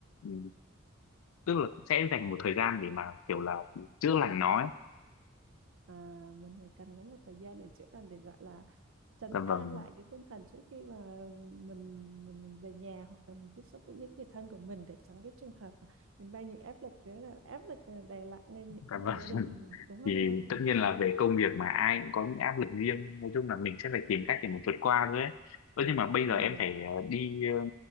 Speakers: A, on the left; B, on the right.
A: ừ, tức là sẽ dành một thời gian để mà kiểu là chữa lành nó ấy.
B: À, mình phải cần có một thời gian để chữa lành để gọi là trấn
A: Dạ vâng,
B: an lại cái tinh thần trước khi mà mình mình mình về nhà hoặc là mình tiếp xúc với những người thân của mình để tránh cái trường hợp mà mình mang những áp lực cái là áp lực đè nặng lên những
A: dạ
B: người
A: vâng. <laughs>
B: gia đình của mình đúng không
A: Thì
B: em
A: tất
B: <laughs>
A: nhiên là về công việc mà ai cũng có những áp lực riêng, nói chung là mình sẽ phải tìm cách để mà vượt qua thôi ấy. Ơ nhưng mà bây
B: ừ
A: giờ em phải ờ, đi ờ,